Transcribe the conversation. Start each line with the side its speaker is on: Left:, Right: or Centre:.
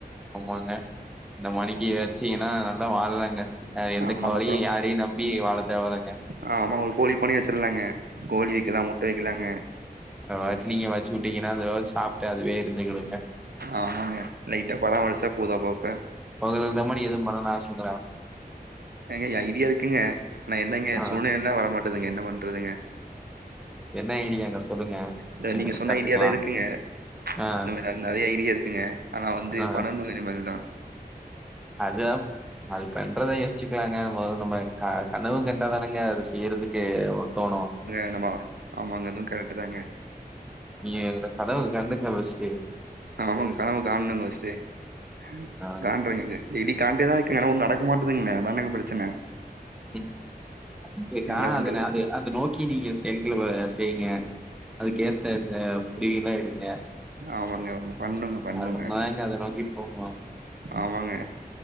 Centre: ஆமாங்க இந்த மணிக்கு வெச்சீங்கனா நல்லா வாழலாங்க எந்த
Right: ஆமாங்க
Centre: கவலையு யாரையு நம்பி வாழ தேவ இல்லங்க
Right: ஆ ஆமா ஒங்க கோழி பண்ணயு வெச்சிரலாங்க கோழி விக்கலா முட்ட விக்கலாங்க
Centre: ஆது நீங்க வச்சு விட்டீங்கனா அதுவே சாப்ட்டு அதுவே இருந்துக்கிடுங்க
Right: ஆமாங்க லைட்டா பராமரிச்சா போது அப்பப்
Centre: ஓங்களுக்கு தம் அடிக்கனு எதுவு பண்னுனு ஆசைங்களா
Right: ஏங்க ஐடியா இருக்குங்க ஆனா என்னங்க
Centre: ஆ
Right: சூழ்நெலதா வரமாட்டேதுங்க என்ன பண்றதுங்க
Centre: என்ன ஐய்டியாங்க சொல்லுங்க
Right: இல்ல நீங்க சொன்ன
Centre: கத்துக்கலா
Right: ஐடியா லா இருக்குங்க
Centre: ஆ
Right: இந்த மாரி நெறையா ஐடியா இருக்குங்க ஆனா வந்து
Centre: ஆ
Right: பண்ணணு இதேமர்தா
Centre: அதா அது பண்றத யோச்சிக்கிலாங்க மொதோ நம்ம கனவு கண்டாதானங்க அது ஏறதுக்கு நமக்கு தோணு
Right: ஏனமா ஆமாங்க அதுவு கரெட்டுதாங்க
Centre: நீங்க என்னோட கனவ கண்டுக்குங்க ஃபஸ்ட்டு
Right: ஆமாங்க கனவு கானுங்க ஃபர்ஸ்ட்டு ம்
Centre: ஆ
Right: காண்றேங்கக இடி காண்டேதா இருக்குங்க ஆனா ஒன்னு நடக்க மாட்டதுங்ளே அதானங்க பிரச்சன
Centre: ம் <inaudible> க்கா
Right: என்ன பண்றது?
Centre: அதன அது அது நோ க்கி நீங்க செங்க்கல செய்ங்க அதுக்கு ஏத்த அ முடிவு எல்லா எடுங்க
Right: ஆமாங்க, ஆமா. பண்ணுங்க, பண்ணுங்க.
Centre: அப்தங்க அத நோக்கி போகு
Right: ஆமாங்க